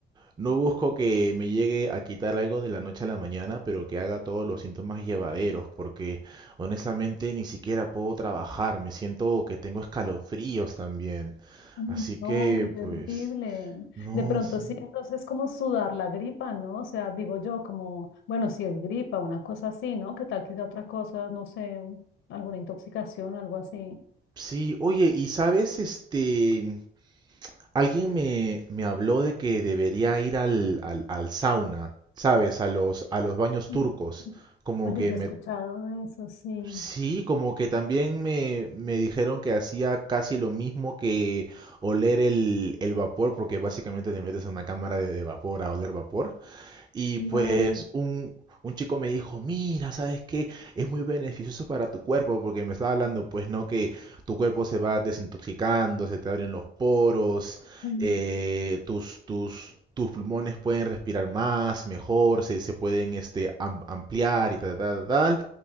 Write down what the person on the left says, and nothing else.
Ay,
No, qué terrible.
De pronto
sí, entonces como sudar la gripa, ¿no? O sea, digo yo como, bueno, si es gripa, una cosa así, ¿no? ¿Qué tal que sea otra cosa, no sé, un- alguna intoxicación, algo así?
Mm.
Oye,
yo
he escuchado eso, sí,
claro.
Mm,